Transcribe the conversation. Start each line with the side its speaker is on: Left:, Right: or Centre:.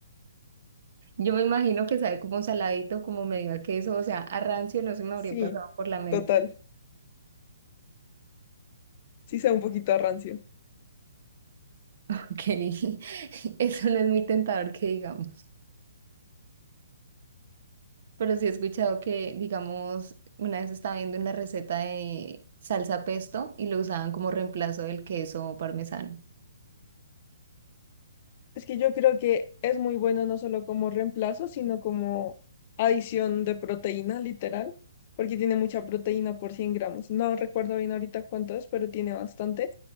Right: Yo me imagino que sabe como saladito, como medio a queso, o sea, a rancio no se me habría
Left: Sí,
Right: pasado por la mente,
Left: total. Sí sabe un poquito a rancio.
Right: porque <laughs> eso no es muy tentador que digamos. Pero sí he escuchado que, digamos, una vez estaba viendo una receta de salsa pesto y lo usaban como reemplazo del queso parmesano.
Left: Es que yo creo que es muy bueno no solo como reemplazo, sino como adición de proteína, literal, porque tiene mucha proteína por 100 gramos. No recuerdo bien ahorita cuánto es, pero tiene bastante.